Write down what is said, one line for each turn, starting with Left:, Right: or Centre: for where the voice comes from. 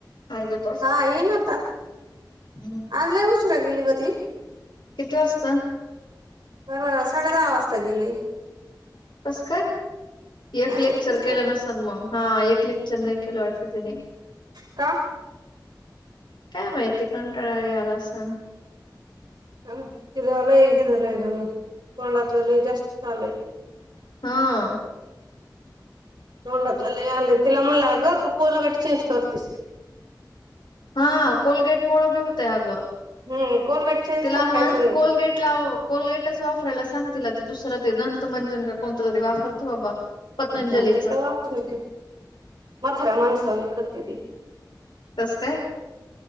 Left: अजून...
Right: हा येईन आता
Left: हम्म
Right: आज लई उशिरा गेली गं ती.....
Left: किती वाजता...
Right: बरं साडे दहा वाजता गेली....
Left: कस काय
Right: काय
Left: एक लेक्चर
Right: माहित तिला
Left: केलं नसल मग हा एक लेक्चर नाही केलं वाटत तिने....
Right: का?
Left: काय माहिती कंटाळा ही आला असल..
Right: अ तिला लई हे झालंय जणु तोंडातलं लई जास्त झालंय...
Left: हा...
Right: तोंडातल लय आलय तिला म्हणल आग तू कोलगेट चेंज करतेस....
Left: हा कोलगेट मुळं बी होतय अग
Right: हम्म कोलगेट चेंज
Left: तिला
Right: करायचं
Left: म्हण कोलगेट लावं... कोलगेटचं वापरायला सांग तीला ते दुसरं ते दंत मंजन का कोणत तरी वापरतो बाबा....
Right: हम्म
Left: पतंजलीच
Right: आमच्याकडे ते ती म्हताऱ्या माणसावाने करते ती...
Left: कसं काय?